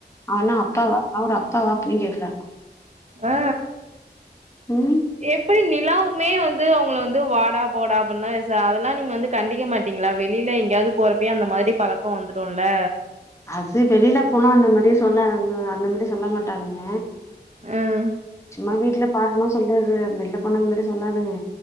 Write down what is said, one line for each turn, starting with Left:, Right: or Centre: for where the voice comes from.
Left: அவனா அப்பாவா அவ ஒரு அப்பாவா அப்டின்னு கேக்கறா
Right: ஆ
Left: ம்
Right: எப்டி நிலாவுமே வந்து அவுங்கள வந்து வாடா போடா அப்டின்னுதா ஏசா அதல்லாம் நீங்க வந்து கண்டிக்க மாட்டீங்களா வெளியில எங்கயாவது போறப்பியு அந்த மாதிரி பழக்கம் வந்துடும் இல்ல
Left: அது வெளியில போனா அந்த மாரியே சொல்லாதுங்க அந்த மேரி சொல்ல மாட்டானுங்க
Right: ம்
Left: சும்மா வீட்ல பாக்கலா சொல்றது வெள்ல போனா அந்த மாதிரி சொல்லாதுங்க